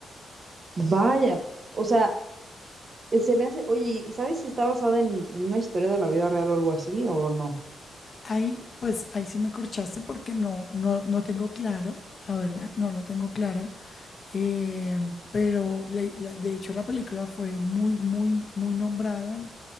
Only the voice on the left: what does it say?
Ahí, pues ahí sí me corchaste porque no, no, no tengo claro, la verdad, no la tengo clara. Eh, pero le- la- de hecho la película fue muy, muy, muy nombrada